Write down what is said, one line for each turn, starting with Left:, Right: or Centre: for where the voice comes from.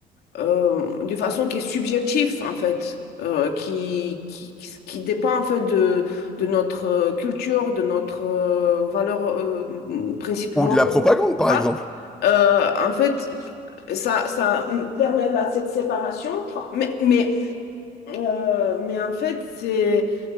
Left: euh, de façon qui est subjective, en fait, euh, qui, qui, qui dépend, en fait, de, de notre euh, culture, de notre euh, valeur, euh, principe
Centre: ou
Left: moraux,
Centre: de la propagande,
Left: etc.
Centre: par exemple.
Left: Euh, en fait, ça, ça permet la- cette séparation, mais, mais Euh, mais en fait, c'est